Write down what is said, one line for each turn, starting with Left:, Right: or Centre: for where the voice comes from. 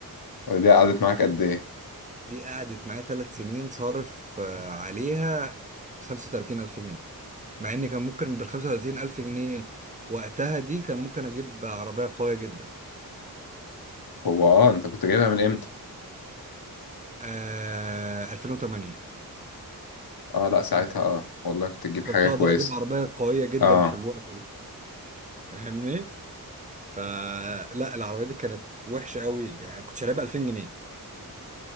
Left: دي قعدت معاك قد ايه؟
Right: دي قعدت معايا ثلاث سنين صارف آه، عليها 35 ألف جنيه مع إن كان ممكن بال 35 ألف جنيه وقتها دي كان ممكن أجيب عربية قوية جدا
Left: هو اه انت كنت جايبها من امتى؟
Right: آه 2008
Left: اه لا ساعتها اه والله كنت تجيب حاجة
Right: كنت أقدر
Left: كويسة
Right: أجيب عربية قوية جدا
Left: اه
Right: في الوقت ده فاهمني؟ فلا العربية دي كانت وحشة قوي يعني كنت شاريها ب 2000 جنيه